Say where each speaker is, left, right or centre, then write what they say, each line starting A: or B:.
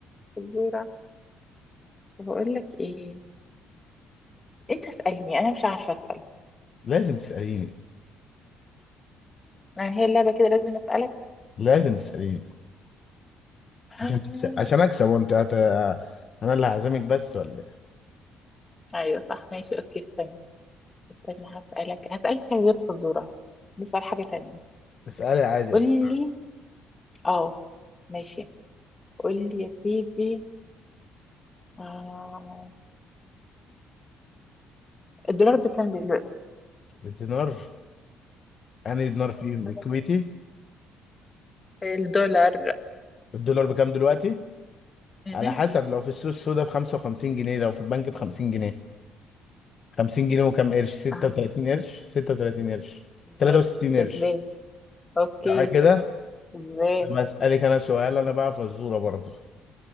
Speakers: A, on the left; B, on the left.
A: فزورة طب اقول لك ايه انت اسألني انا مش عارفة اسأل
B: لازم تساليني
A: يعني هي اللعبة كده لازم اسألك
B: لازم تساليني
A: <gasps> آه،
B: عشان تتس... عشان اكسب وانت هت... انا اللي هعزمك بس ولا ايه
A: ايوه صح ماشي اوكي استنى استنى هسألك هسألك حاجة غير فزورة نسأل حاجة تانية
B: اسالي عادي
A: قول
B: يا ست.
A: لي اه ماشي قول لي يا سيدي آه... الدولار بكام دلوقتي
B: الدينار انا دينار فيه الكويتي
A: الدولار الدولار
B: الدولار بكام دلوقتي
A: مهم.
B: على حسب لو في السوق السودا ب 55 جنيه لو في البنك ب 50 جنيه 50 جنيه وكام قرش 36
A: آه.
B: قرش 36 قرش 63
A: ماشي كسبان
B: قرش
A: اوكي
B: تعالى كده
A: كسبان
B: طب اسالك انا سؤال انا بقى فزوره برضو